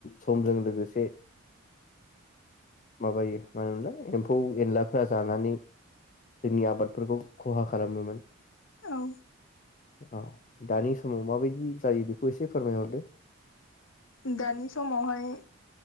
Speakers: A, on the left; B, on the left.
A: समजों लोगोसे माबायो मा होनोमोनलाय एम्फौ एनलाफ्रा जानानै जोंनि आबादफोरखौ खहा खालामोमोन
B: औ
A: अ दानि समाव माबायदि जायो बेखौ एसे फोरमायना हरदो
B: दानि समावहाय